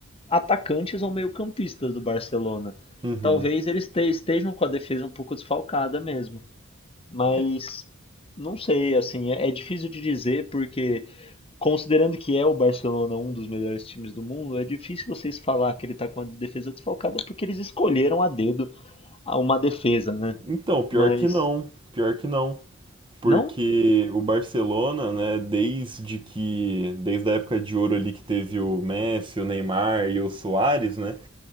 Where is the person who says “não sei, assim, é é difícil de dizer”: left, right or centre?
Left